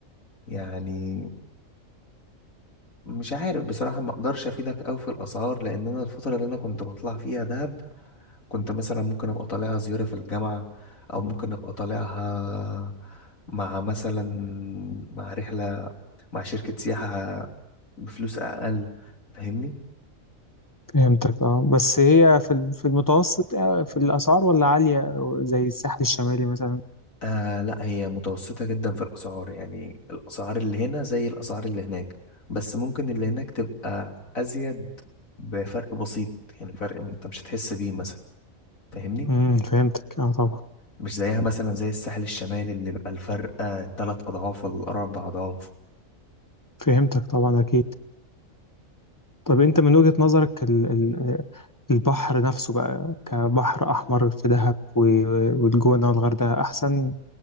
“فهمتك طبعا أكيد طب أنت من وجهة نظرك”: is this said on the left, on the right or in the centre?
Left